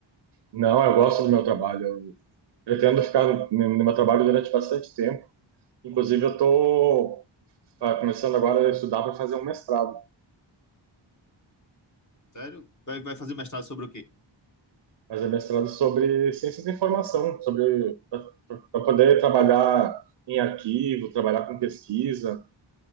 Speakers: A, on the right; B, on the left.
A: Não, eu gosto do meu trabalho. Eu pretendo ficar no no meu trabalho durante bastante tempo. Inclusive, eu estou começando agora a estudar para fazer um mestrado,
B: Sério? Vai, vai fazer mestrado sobre o quê?
A: fazer mestrado sobre ciência da informação, sobre para poder trabalhar em arquivo, trabalhar com pesquisa,